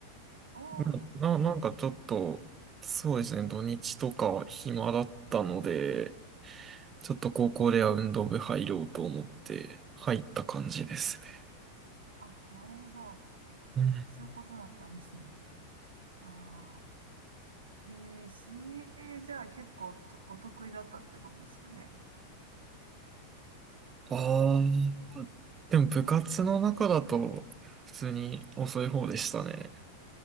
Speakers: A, on the right; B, on the right.
A: おー、
B: うんな、なんかちょっと、そうですね、土日とか暇だったので、ちょっと高校では運動部入ろうと思って入った感じですね。
A: あ、なるほど。
B: うん
A: そういうことだったんですね。ああ、えー、水泳じゃあ結構とお得意だったってことですよね。
B: ああ、でも部活の中だと普通に遅い方でしたね。